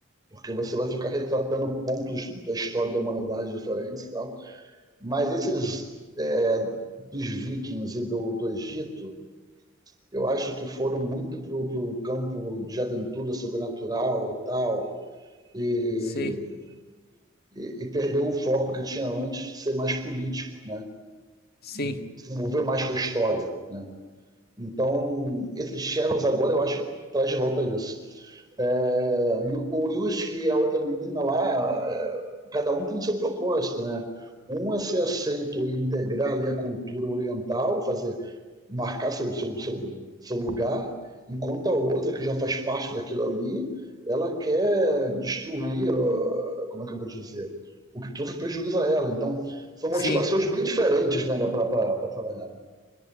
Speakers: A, on the right (about 20°); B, on the left (about 50°).
A: Porque você vai ficar retratando pontos da história da humanidade diferentes e tal. Mas esses é, dos vikings e do, do Egito, eu acho que foram muito pro, pro campo de aventura sobrenatural e tal, e
B: Sim,
A: e, e perdeu o foco que tinha antes de ser mais político, né?
B: sim,
A: E se envolver mais com a história, né? Então, esse Shadows agora eu acho que traz de volta isso. É, o- o Yusuke e a outra menina lá, é, cada um tem o seu propósito, né? Um é ser aceito e integrar ali a cultura oriental, fazer, marcar seu, seu, seu, seu lugar, enquanto a outra, que já faz parte daquilo ali, ela quer destruir, como é que eu vou dizer, o que trouxe prejuízo a ela. Então, são motivações
B: sim,
A: bem diferentes, né, para trabalhar.